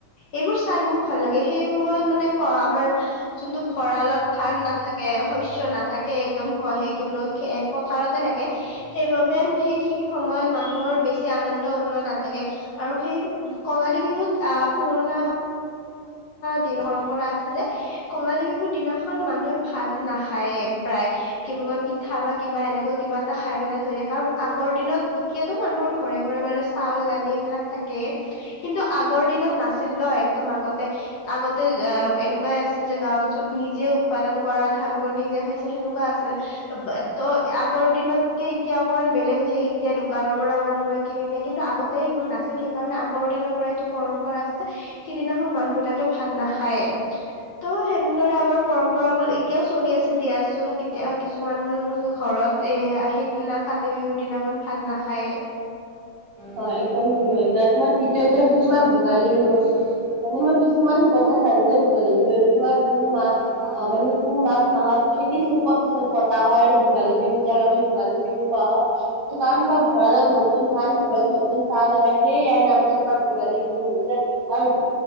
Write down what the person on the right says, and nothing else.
হয় একদম ঠিকে হৈছে আৰু তোমাৰ তৃতীয়তে হৈছে তোমাৰ ভোগালী বিহু। মানে মই কিছুমান কথা জানো যে ভোগালী বিহু এইতো তোমাৰ পুহ মাহ অ মানে পুহ মাঘ মাহত খেতি চপোৱা পিছত পতাহাৰ ভোগালী বিহু যাক আমি ভোগালী বিহু কোৱা হয় কাৰণ তোমাৰ ভৰালত নহ নতুন ধান ঘৰত নতুন চাউল আহে সেইয়া ইয়াৰ নামানে তোমাৰ ভোগালী বিহু হৈছে। আৰু